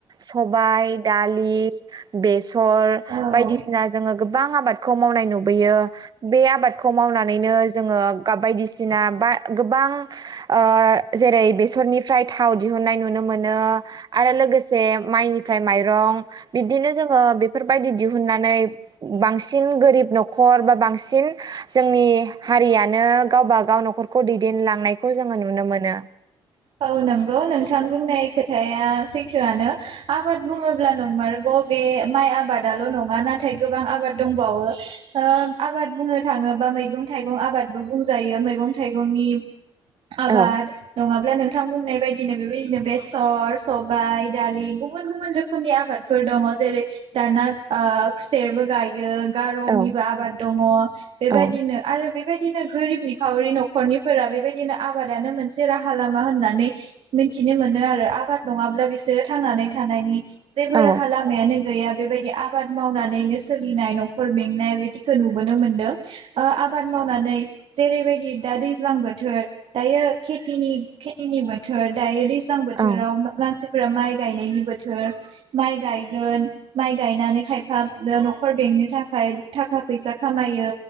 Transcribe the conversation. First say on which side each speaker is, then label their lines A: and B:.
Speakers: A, on the right; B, on the right.
A: सबाय दा लि बेसर
B: औ
A: बायदिसिना जोङो गोबां आबादखौ मावनाय नुबोयो बे आबादखौ मावनानैनो जोङो बायदिसिना बा गोबां ओ जेरै बेसरनिफ्राय थाव दिहुननाय नुनो मोनो आरो लोगोसे माइनिफ्राय माइरं बिबदिनो जोङो बेफोरबायदि दिहुननानै बांसिन गोरिब न'खर बा बांसिन जोंनि हारियानो गावबागाव न'खरखौ दैदेनलांनायखौ जोङो नुनो मोनो।
B: औ नंगौ नोंथां बुंनाय खोथाया सैथोआनो आबाद बुङोब्ला नंमारगौ बे माइ आबादाल' नङा नाथाय गोबां आबाद दंबावो ओ आबाद बुंनो थाङोबा मैगं थाइगं आबादबो बुंजायो मैगं थाइगंनि' आबाद
A: औ
B: नङा <inaudible> नोंथां बुंनाय बायदिनो बेबायदिनो बेसर सबाय दालि गुबुन गुबुन रोखोमनि आबादफोर दङ जेरै दाना खुसेरबो गायो। गारनिबो
A: औ
B: आबाद दङ बेबायदिनो
A: औ
B: आरो। बेबायदिनो गोरिब निखावरि न'खरनिफोरा बेबायदिनो आबादानो मोनसे राहा लामा। होननानै मिथिनो मोनो आरो आबाद नङाब्ला बिसोरो थांनानै थानायनि जेबो
A: औ
B: राहा लामायानो। गैया बेबायदि आबाद मावनानैनो सोलिनाय न'खर बेंनाय बिदिखौ नुबोनो मोनदों। आबाद मावनानै जेरैबायदि दा दैज्लां बोथोर दायो खेथिनि खेथिनि बोथोर दा दैज्लां बोथोराव
A: औ
B: मानसि फोरा माइ गायनायनि बोथोर माइ गायगोन माइ गायनानै खायफा न'खर बेंनो थाखाय थाखा फैसा खामायो